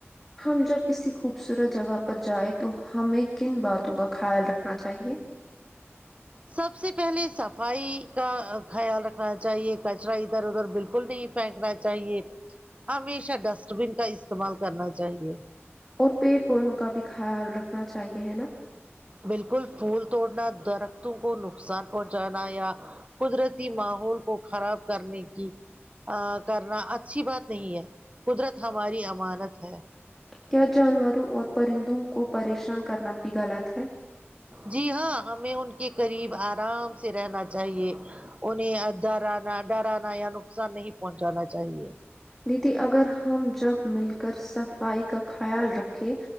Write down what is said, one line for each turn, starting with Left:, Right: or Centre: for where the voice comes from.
Centre: ہم جب کسی خوبصورت جگہ پر جائیں تو ہمیں کن باتوں کا خیال رکھنا چاہیے
Right: سب سے پہلے صفائی کا خیال رکھنا چاہیے کچرا ادھر ادھر بالکل نہیں پھینکنا چاہیے ہمیشہ ڈسٹ بن کا استعمال کرنا چاہیے
Centre: اور پیڑ پودوں کا بھی خیال رکھنا چاہیے ہے نا
Right: بالکل پھول توڑنا درختوں کو نقصان پہنچانا یا قدرتی ماحول کو خراب کرنے کی کرنا اچھی بات نہیں ہے قدرت ہماری امانت ہے
Centre: کیا جانوروں اور پرندوں کو پریشان کرنا بھی غلط ہے
Right: جی ہاں ہمیں ان کے قریب آرام سے رہنا چاہیے انہیں درانا ڈرانا یا نقصان نہیں پہنچانا چاہیے
Centre: دیدی اگر ہم جب مل کر صفائی کا خیال رکھے